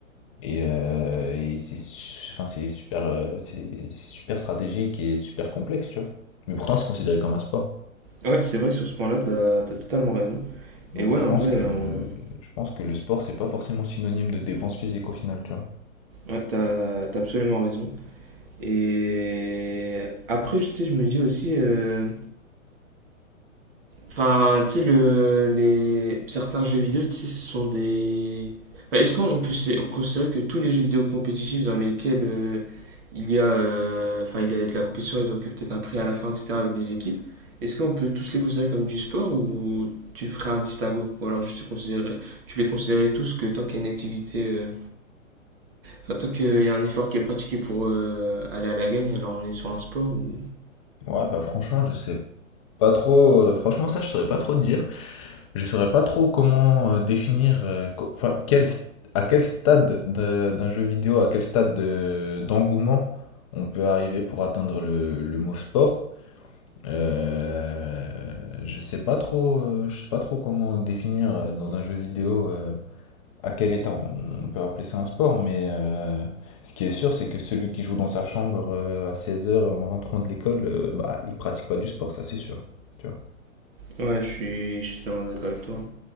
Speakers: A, on the left; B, on the right.
A: Et, euh, et c'est su- enfin, c'est super, euh, c'est c'est super stratégique et super complexe, tu vois. Mais pourtant, c'est considéré comme un sport.
B: Ouais, c'est vrai que sur ce point-là, t'as, t'as totalement raison.
A: Donc,
B: Et ouais,
A: je
B: en
A: pense
B: vrai,
A: que,
B: euh,
A: euh,
B: on-
A: je pense que le sport, c'est pas forcément synonyme de dépense physique au final, tu vois.
B: ouais, t'as, t'as absolument raison. Et après, tu sais, je me dis aussi, euh, enfin, tu sais, le, les, certains jeux vidéo, tu sais, ce sont des... Enfin, est-ce qu'on peut sé- considérer que tous les jeux vidéo compétitifs dans lesquels euh, il y a, euh, enfin, il y a de la compétition et donc peut-être un prix à la fin, etc., avec des équipes, est-ce qu'on peut tous les considérer comme du sport ou tu ferais un distinguo? Ou alors juste tu considérerais- tu les considérais tous que tant qu'il y a une activité, euh, enfin, tant qu'il y a un effort qui est pratiqué pour euh, aller à la gagne, alors on est sur un sport ou...
A: Ouais, bah franchement, je sais pas trop. euh, franchement, ça, je saurais pas trop te dire. Je saurais pas trop comment euh, définir, euh, co- enfin, quel st- à quel stade d'un d'un jeu vidéo, à quel stade de- d'engouement on peut arriver pour atteindre le, le mot sport. Euh, je sais pas trop, euh, je sais pas trop comment définir euh, dans un jeu vidéo euh, à quel état on, on peut appeler ça un sport, mais euh, ce qui est sûr, c'est que celui qui joue dans sa chambre euh, à seize heures en rentrant de l'école, euh, bah, il pratique pas du sport, ça c'est sûr. Tu
B: Ouais, je suis, je suis totalement d'accord avec toi.